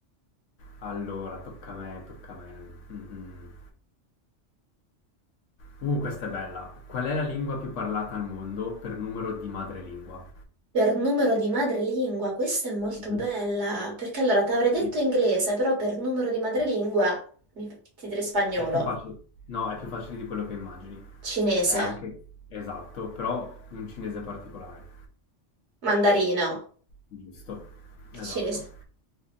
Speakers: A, on the left; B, on the right.
A: Allora, tocca a me, tocca a me. Mhm. Uh, questa è bella. Qual è la lingua più parlata al mondo per numero di madrelingua?
B: Per numero di madrelingua, questa è molto
A: Mhm.
B: bella, perché allora ti avrei detto
A: Sì.
B: inglese, però per numero di madrelingua mi fa- ti direi spagnolo,
A: È più facile. No, è più facile di quello che immagini.
B: cinese,
A: È anche esatto, però un cinese particolare.
B: mandarino,
A: Giusto.
B: il
A: Esatto.
B: cinese.